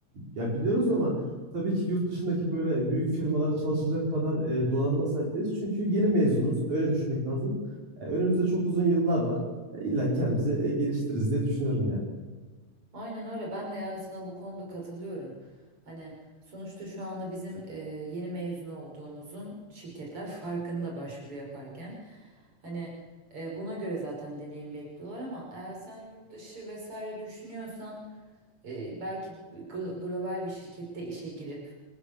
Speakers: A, on the right; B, on the right.
A: ya biliyoruz ama tabii ki yurt dışındaki böyle büyük firmalara çalışacak kadar e, donanıma sahip değiliz. Çünkü yeni mezunuz. Öyle düşünmek lazım. E, önümüzde çok uzun yıllar var. E, illa kendimizi e, geliştiririz diye düşünüyorum yani.
B: Aynen öyle. Ben de yani sana bu konuda katılıyorum. Hani sonuçta şu anda bizim e, yeni mezun olduğumuzun şirketler farkında başvuru yaparken. Hani e, buna göre zaten deneyim bekliyorlar ama eğer sen yurt dışı vesaire düşünüyorsan e, belki gl- global bir şirkette işe girip